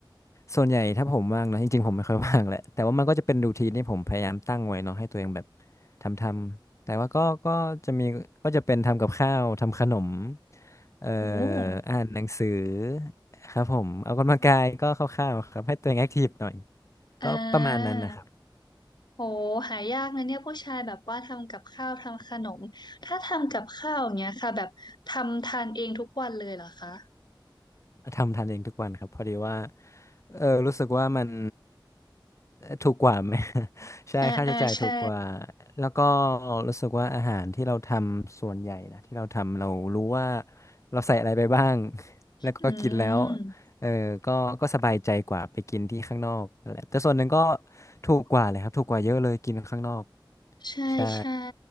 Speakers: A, on the left (about 35°); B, on the left (about 55°).
A: ส่วนใหญ่ถ้าผมว่างนะจริงๆผมไม่ค่อยว่างแหละแต่ว่ามันก็จะเป็นรูทีนที่ผมพยายามตั้งไว้เนาะให้ตัวเองแบบทำทำแต่ว่าก็ก็จะมีก็จะเป็นทำกับข้าวทำขนมเอ่อ
B: โอ้
A: อ่านหนังสือครับผมเอากำลังกายก็คร่าวๆครับให้ตัวเองแอคทีฟหน่อย
B: อ่า
A: ก็ประมาณนั้นนะครับ
B: โหหายากนะเนี่ยผู้ชายแบบว่าทำกับข้าวทำขนมถ้าทำกับข้าวอย่างเงี้ยค่ะแบบทำทานเองทุกวันเลยเหรอคะ
A: ทำทานเองทุกวันครับพอดีว่าเออรู้สึกว่ามันถูกกว่าไหม <laughs> ใช่ค่าใช้จ่ายถูกกว่า
B: อ่าอ่าใช่
A: แล้วก็รู้สึกว่าอาหารที่เราทำส่วนใหญ่นะที่เราทำเรารู้ว่าเราใส่อะไรไปบ้าง <laughs> แล้วก็กินแล้ว
B: อืม
A: เออก็ก็สบายใจกว่าไปกินที่ข้างนอกนั่นแหละแต่ส่วนหนึ่งก็ถูกกว่าเลยครับถูกกว่าเยอะเลยกินข้างนอก
B: ใช่ใช่
A: ใช่